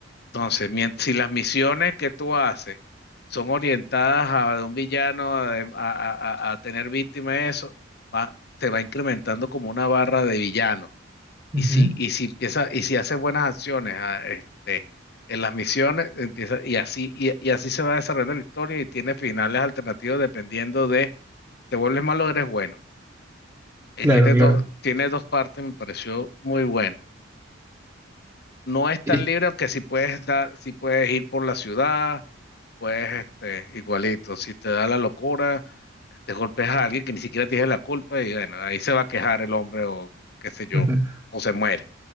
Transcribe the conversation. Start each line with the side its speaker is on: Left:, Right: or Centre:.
Left: Entonces, mien- si las misiones que tú haces son orientadas a de un villano, a, de- a- a- a- a tener víctimas, eso, va, te va incrementando como una barra de villano.
Right: Ujú.
Left: Y si, y si empieza, y si haces buenas acciones ah, este, en las misiones, empieza, y así, y, y así se va desarrollando la historia y tiene finales alternativos dependiendo de te vuelves malo o eres bueno. Y
Right: Claro,
Left: tiene
Right: claro.
Left: dos, tiene dos partes, me pareció muy bueno. No es tan
Right: Y-
Left: libre, aunque si puedes estar, si puedes ir por la ciudad, puedes, este, igualito. Si te da la locura, te golpes a alguien que ni siquiera tiene la culpa y bueno, ahí se va a quejar el hombre o qué sé yo,
Right: <laughs>
Left: o se muere.